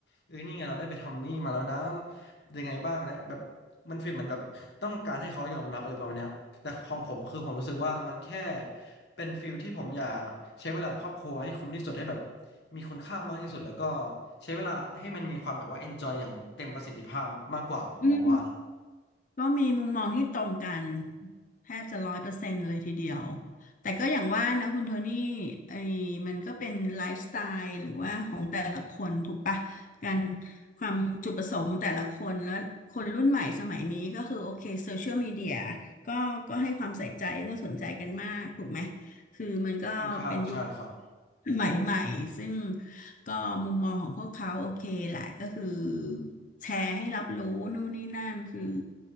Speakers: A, on the left (about 70°); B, on the left (about 45°).
A: เอ้ยนี่ไงเราได้ไปทำนี่มาแล้วนะยังไงบ้างนะแบบมันฟีลเหมือนแบบต้องการให้เขายอมรับอะไรประมาณเนี้ยครับแต่ของผมคือผมรู้สึกว่ามันแค่เป็นฟีลที่ผมอยากใช้เวลากับครอบครัวให้คุ้มที่สุดให้แบบมีคุณค่ามากที่สุดแล้วก็ใช้เวลาให้มันมีความแบบว่า enjoy อย่างเต็มประสิทธิภาพมากกว่าผมมองว่านะ
B: อืม ก็มีมุมมองที่ตรงกันแทบจะร้อยเปอร์เซ็นต์เลยทีเดียวแต่ก็อย่างว่านะคุณโทนี่ไอ้มันก็เป็นไลฟ์สไตล์หรือว่าของแต่ละคนถูกปะการความจุดประสงค์ของแต่ละคนแล้วคนรุ่นใหม่สมัยนี้ก็คือโอเคโซเชียลมีเดียก็ก็ให้ความใส่ใจและสนใจกันมากถูกไหมคือมันก็เป็นยุค
A: ค่อนข้างใช่ครับ
B: ใหม่ๆซึ่ง ก็มุมมองของพวกเขาโอเคแหละก็คือแชร์ให้รับรู้นู่นนี่นั่นคือ